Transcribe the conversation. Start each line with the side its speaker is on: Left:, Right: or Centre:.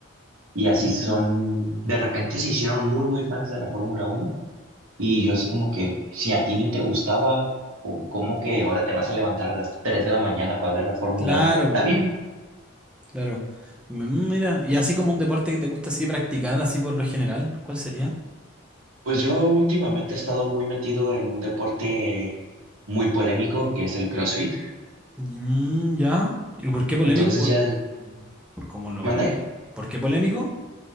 Right: Y así
Centre: Entiendo.
Right: son, de repente se hicieron muy, muy fans de la Fórmula Uno. Y yo así como que, si a ti ni te gustaba, o ¿cómo que ahora te vas a levantar a las 3 de la mañana para ver la Fórmula
Centre: Claro,
Right: uno Está bien.
Centre: claro. Mm, Mira, y así como un deporte que te gusta así practicar, así por lo general, ¿cuál sería?
Right: Pues yo últimamente he estado muy metido en un deporte muy polémico que es el CrossFit.
Centre: Mm, ya. ¿Y por qué polémico?
Right: Entonces
Centre: Por,
Right: ya
Centre: por cómo lo.
Right: mandé.
Centre: ¿Por qué polémico?